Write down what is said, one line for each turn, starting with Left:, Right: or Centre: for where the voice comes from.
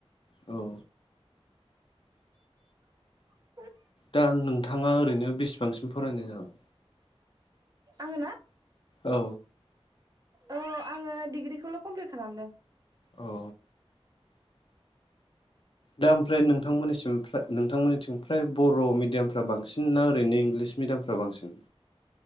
Left: औ
Right: औ
Left: दा नोंथाङा ओरैनो बेसिबांसिम फरायनाय जागोन
Right: आङोना
Left: औ
Right: औ आङो डिग्रिखौल कमप्लिट खालामदों
Left: औ दा ओमफ्राय नोंथांमोननि नोंथांमोननिथिं फ्राय बर' मिडियामफ्रा बांसिन ना ओरैनो इंलिस मिडियामफ्रा बांसिन